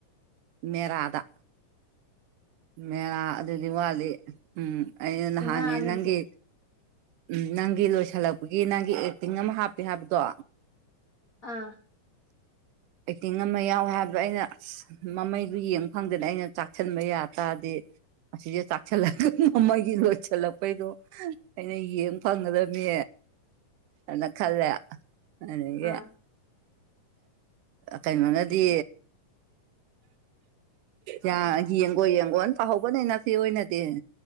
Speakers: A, on the right; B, on the left.
A: ꯃꯦꯔꯥ ꯗ ꯃꯦꯔꯥ ꯑꯗꯨꯗꯤ ꯋꯥꯠꯂꯤ ꯎꯝ ꯑꯩꯅ ꯅꯍꯥꯟꯒꯤ
B: ꯏꯉꯥꯅꯤ
A: ꯅꯪꯒꯤ
B: ꯍꯧꯖꯤꯛ
A: ꯎꯝ ꯅꯪꯒꯤ ꯂꯣꯏꯁꯤꯜꯂꯛ ꯒꯤ ꯅꯪꯒꯤ ꯑꯦꯛꯇꯤꯡ ꯑꯃ ꯍꯥꯞꯄꯤ ꯍꯥꯏꯕꯗꯣ
B: ꯑꯥ
A: ꯄꯦꯛꯇꯤꯡ ꯑꯃ ꯌꯥꯎꯦ ꯍꯥꯏꯕꯗꯣ ꯑꯩꯅ ꯑꯁ ꯃꯃꯩꯗꯨ ꯌꯦꯡꯕ ꯐꯪꯗꯅ ꯑꯩꯅ ꯆꯥꯛꯁꯟꯕ ꯌꯥ ꯇꯥꯔꯗꯤ ꯑꯁꯤꯖꯦ ꯆꯥꯛꯁꯤꯜꯂꯒ ꯃꯃꯩꯒꯤ ꯂꯣꯏꯁꯜꯂꯛꯄꯩꯗꯣ ꯑꯩꯅ ꯌꯦꯡ ꯐꯪꯒꯗꯕꯅꯤ ꯑꯅ ꯈꯜꯂꯦ ꯑꯗꯒꯤ
B: ꯑꯥ
A: ꯑ ꯀꯩꯅꯣꯅꯗꯤ ꯌꯥ ꯌꯦꯡꯉꯣ ꯌꯦꯡꯉꯣꯅ ꯇꯥꯍꯧꯕꯅꯦ ꯅ ꯁꯤꯦ ꯑꯣꯏꯅꯗꯤ